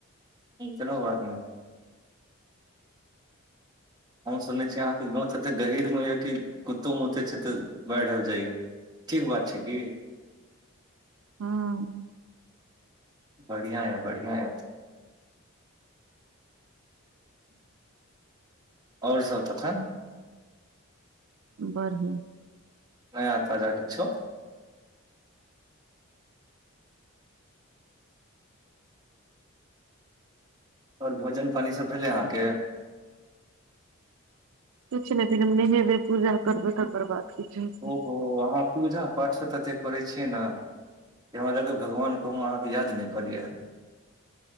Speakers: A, on the right (about 20°); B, on the right (about 75°).
A: कोनो बात नै हम सुनै छी अहाँके गाँव तते गहीर मे या कि कुत्तोमुते छै तऽ बाढ़ि आबि जाइए ठीक बात छै कि
B: हँ
A: बढ़िया य बढ़िआ य आओर सब तखन
B: बढ़िआ
A: नया ताजा किछो आओर भोजन पानी सब भेलै अहाँके
B: किछु नहि फेर हम नहेबै पूजा करबै तकर बाद किछु हेतै
A: ओहो अहाँ पूजा पाठ सब ततेक करै छियै ने जे हमरा लगै भगवान कहुँ अहाँके याद नहि करि लिअ